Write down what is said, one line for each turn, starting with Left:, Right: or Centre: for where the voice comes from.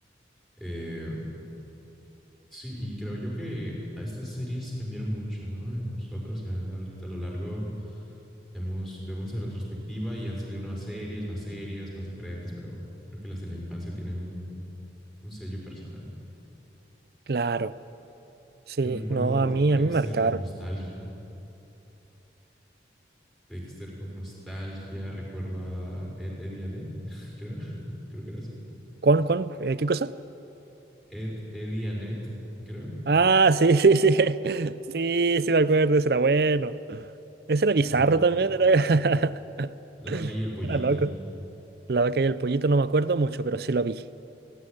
Centre: Eh, sí, y creo yo que a estas series cambiaron mucho, ¿no? Eh, Nosotros ya ahorita a lo largo hemos, vemos la retrospectiva y han salido nuevas series, más series, más diferentes, pero creo que las de la infancia tienen un, un sello personal.
Right: Claro, sí,
Centre: Yo recuerdo
Right: no, a mí,
Centre: Dexter
Right: a mí me marcaron.
Centre: con nostalgia. Dexter con nostalgia. Recuerdo a Ed, Eddie y Annette, <laughs> creo. <laughs> creo que era así.
Right: ¿Cuán, cuán, eh, qué cosa?
Centre: Ed, Eddie y Annette, creo.
Right: Ah, sí, sí, sí. <laughs> Sí, sí, me acuerdo, ese era bueno. Ese era bizarro
Centre: o
Right: también, era, <laughs>
Centre: La vaca y el pollito.
Right: era loco. La vaca y el pollito no me acuerdo mucho, pero sí lo vi.